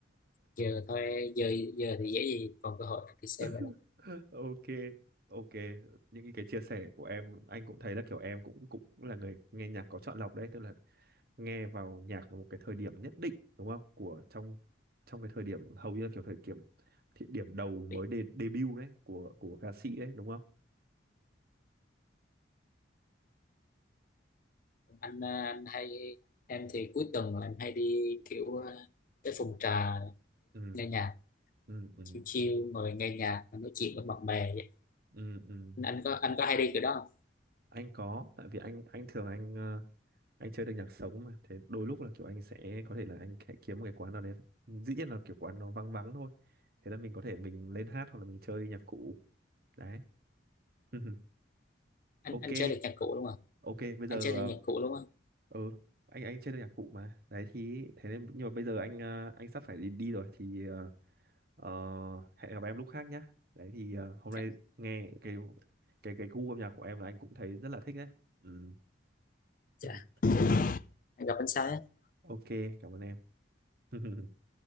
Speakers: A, on the left; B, on the right.
A: giờ thôi giờ giờ thì dễ gì còn cơ hội đi xem
B: <laughs>
A: rồi đó
B: <laughs> ok ok những cái chia sẻ của em anh cũng thấy là kiểu em cũng cũng là người nghe nhạc có chọn lọc đấy tức là nghe vào nhạc vào một cái thời điểm nhất định đúng không của trong trong cái thời điểm hầu như là kiểu thời điểm thì điểm đầu mới
A: Thì
B: đề, debut đấy của của ca sĩ đấy đúng không
A: anh anh hay em thì cuối tuần là em hay đi kiểu ờ, tới phòng trà
B: ừ
A: nghe nhạc
B: ừ ừ
A: chill chill ngồi nghe nhạc và nói chuyện với bạn bè vậy.
B: ừ ừ
A: anh anh có anh có hay đi kiểu đó không
B: anh có tại vì anh anh thường anh ờ, anh chơi được nhạc sống mà thế đôi lúc là kiểu anh sẽ có thể là anh sẽ kiếm một cái quán nào đấy dĩ nhiên là kiểu quán nó vắng vắng thôi thế là mình có thể mình lên hát hoặc là mình chơi nhạc cụ đấy <laughs>
A: anh
B: ok
A: anh chơi được nhạc cụ đúng không
B: ok bây
A: anh
B: giờ
A: chơi được
B: ờ,
A: nhạc cụ đúng không
B: ừ anh anh chơi được nhạc cụ mà đấy thì thế nên nhưng mà bây giờ anh ờ, anh sắp phải đi, đi rồi thì ờ, ờ, hẹn gặp em lúc khác nhá đấy thì ờ, hôm nay
A: dạ,
B: nghe cái cái cái gu âm nhạc của em là anh cũng thấy rất là thích đấy ừ.
A: dạ.
B: <laughs>
A: anh gặp anh sai á.
B: ok cảm ơn em <laughs>